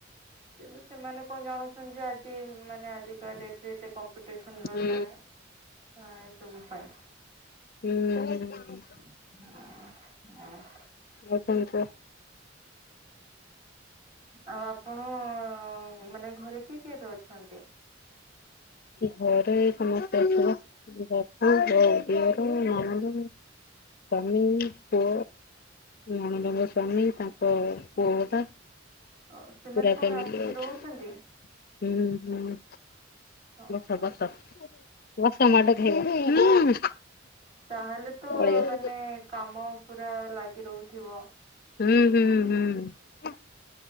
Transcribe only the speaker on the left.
ହୁଁ
ହୁଁ ଉ ଉ ଉ?
ଆଉ କଣ କୁହ?
ଘରେ ଏ ସମସ୍ତେ ଅଛୁ ପା ବାପା, ଦିଅର, ନଣନ୍ଦ। ସ୍ୱାମୀ, ପୁଅ ନଣନ୍ଦ ଙ୍କ ସ୍ଵାମୀ ତାଙ୍କ ପୁଅଟା
ପୁରା
ଫ୍ୟାମିଲୀ
ଅଛୁ।
ହୁଁ ହୁଁ
ବସ ବସ ବସ ମାଡ ଖାଇବ। ହୁଁ
ପଳେଇ ଆସ।
ହୁଁ, ହୁଁ, ହୁଁ।